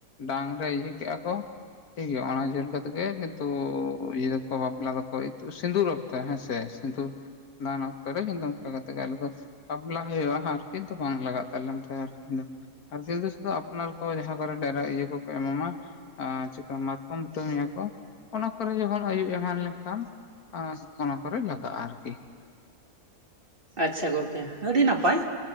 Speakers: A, on the left; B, on the right.
A: ᱰᱟᱝ ᱨᱮ ᱤᱭᱟᱹ ᱠᱮᱫ-ᱟ ᱠᱚ <unintelligible> ᱴᱷᱤᱠ ᱜᱮᱭᱟ ᱚᱱᱟ ᱡᱩᱞ ᱠᱟᱛᱮᱜᱮ ᱠᱤᱱᱛᱩ ᱤᱭᱟᱹ ᱫᱚᱠᱚ ᱵᱟᱯᱞᱟ ᱫᱚᱠᱚ ᱤᱛᱩᱫ ᱥᱤᱫᱩᱨ ᱟᱠᱟ ᱛᱟ ᱦᱮᱸᱥᱮ ᱥᱤᱫᱩᱨ ᱫᱟᱱ ᱚᱠᱛᱚ ᱨᱮ ᱠᱤᱱᱛᱩ ᱱᱚᱝᱠᱟ ᱠᱟᱛᱮᱜᱮ ᱟᱞᱮ ᱫᱚ ᱵᱟᱯᱞᱟ ᱦᱩᱭᱩᱜᱼᱟ ᱦᱟᱨᱠᱤᱱ ᱛᱚ ᱵᱟᱝ ᱞᱟᱜ ᱛᱟᱞᱮᱱ ᱛᱟᱦᱮᱡ ᱟᱨᱠᱤ ᱦᱟᱨᱠᱤᱱ ᱫᱚ ᱥᱩᱫᱷᱩ ᱟᱯᱱᱟᱨ ᱠᱚ ᱡᱟᱦᱟᱸ ᱠᱚᱨᱮ ᱰᱮᱨᱟ ᱤᱭᱟᱹ ᱠᱚᱠᱚ ᱮᱢᱟᱢᱟ ᱟᱨ ᱪᱤᱠᱟ ᱢᱟᱛᱠᱚᱢᱵᱩᱴᱟᱹ ᱢᱮᱭᱟ ᱠᱚ ᱚᱱᱟ ᱠᱚᱨᱮ ᱡᱚᱠᱷᱚᱱ ᱟᱹᱭᱩᱵ ᱮᱢᱟᱱ ᱞᱮᱱᱠᱷᱟᱱ ᱟᱸᱥ ᱚᱱᱟ ᱠᱚᱨᱮ ᱞᱟᱜᱟᱜᱼᱟ ᱟᱨᱠᱤ
B: ᱟᱪᱪᱷᱟ ᱜᱚᱢᱠᱮ ᱟᱹᱰᱤ ᱱᱟᱯᱟᱭ